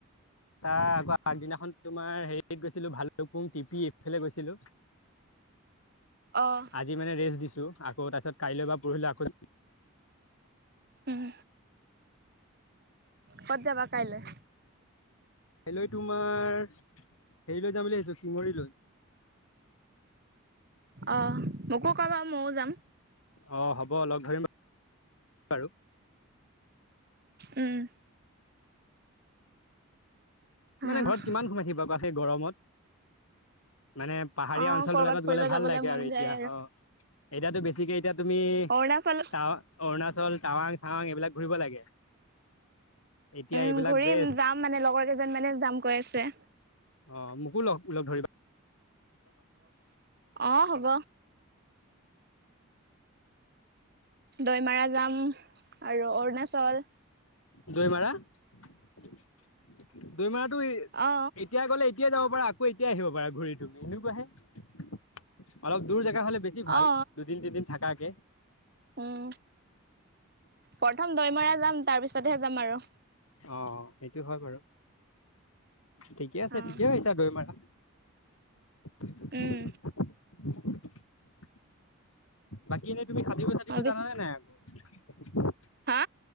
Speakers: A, on the left; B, on the right.
A: তাৰ আকৌ আগদিনাখন তোমাৰ হেৰি গৈছিলো ভালুকপুং, টিপি, এইফালে গৈছিলো।
B: অ'।
A: আজি মানে ৰেষ্ট দিছো আকৌ তাৰ পিছত কাইলৈ বা পৰহিলে আকৌ।
B: উম কত যাবা কাইলৈ?
A: কাইলৈ তোমাৰ হেৰি লৈ যাম বুলি ভাবিছো শিঙৰীলৈ।
B: আহ মোকো কবা মইও যাম।
A: অ হ'ব লগ ধৰিম বাৰু।
B: উম
A: মানে
B: আহ
A: ঘৰত কিমান সোমাই থাকিবা বা সেই গৰমত। মানে পাহাৰীয়া
B: অ
A: অঞ্চল
B: কৰবাত
A: বিলাকত
B: ফুৰিব
A: গলে ভাল
B: যাবলে
A: লাগে
B: মন
A: আৰু এতিয়া
B: যায়
A: অ। এতিয়াতো বেছিকে এতিয়া তুমি
B: অৰুণাচল
A: টাৱ, অৰুণাচল টাৱাং চাৱাং এইবিলাক ঘুৰিব লাগে। এতিয়া
B: উম
A: এইবিলাক
B: ঘূৰিম
A: বেষ্ট
B: যাম মানে লগৰ কেইজন মানে যাম কৈ আছে।
A: অ মোকো লগ লগ ধৰিবা।
B: অ হ'ব। দৈমাৰা যাম আৰু অৰুণাচল।
A: দৈমাৰা দৈমাৰটো
B: অ
A: এতিয়া গ'লে এতিয়া যাব। আকৌ এতিয়া আহিব পাৰা ঘূৰি তুমি এনেকুৱে অলপ দূৰ। থকা হলে বেছি ভাল
B: অ
A: দুদিন তিনিদিন থাকাকে।
B: উম প্ৰথম দৈমৰা যাম তাৰ পিছতহে যাম আৰু।
A: অ সেইটো হয় বাৰু, ঠিকে আছে
B: অ
A: ঠিকে কৈছা দৈমাৰা। <unintelligible>
B: উম
A: বাকী এনেই তুমি সাটুৰিব চাটোৰিব
B: ভাবিছ
A: জানা নাই আকৌ।
B: হা।